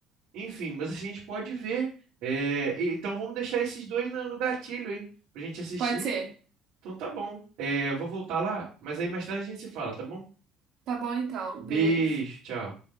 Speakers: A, on the right (about 80°); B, on the right (about 60°).
A: Enfim, mas a gente pode ver. É, e- então vamos deixar esses dois no, no gatilho aí, pra gente assistir.
B: Pode ser.
A: Então tá bom. É, eu vou voltar lá, mas aí mais tarde a gente se fala, tá bom?
B: Tá bom então,
A: Beijo,
B: beijo.
A: tchau.